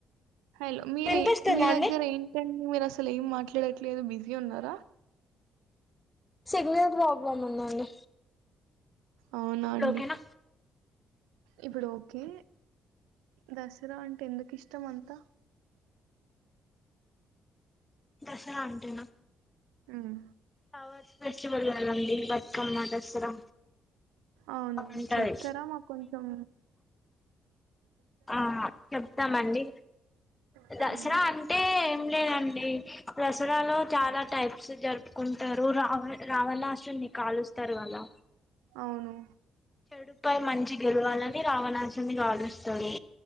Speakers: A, on the right; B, on the left.
A: హలో మీరి
B: వినిపిస్తుందా
A: మీ దగ్గర
B: అండి
A: ఏంటండ్ ఊరసలు ఏం మాట్లాడట్లేదు బిజీ ఉన్నారా.
B: సిగ్నల్ ప్రాబ్లమ్ ఉందండి.
A: అవునా
B: ఇప్పుడు
A: అండి
B: ఓకేనా
A: ఇప్పుడు ఒకే దసరా అంటే ఎందుకు ఇష్టం అంతా
B: దసరా అంటేనా
A: ఉహ
B: ఫ్లవర్స్ ఫెస్టివల్ కదండీ బతుకమ్మ దసరా
A: అవును
B: బాగుంటది
A: చెప్తారా మా కొంచం
B: ఆహా చెప్తామండి
A: ఉమ్.
B: దసరా అంటే లేదండి. దసరాలో చాలా టైప్స్ జరుపుకుంటారు. రావ రావణాసుర్ని కాలుస్తారు. కదా
A: అవును
B: చెడుపై మంచి గెలవాలని రావణాసున్ని కాలుస్తరు.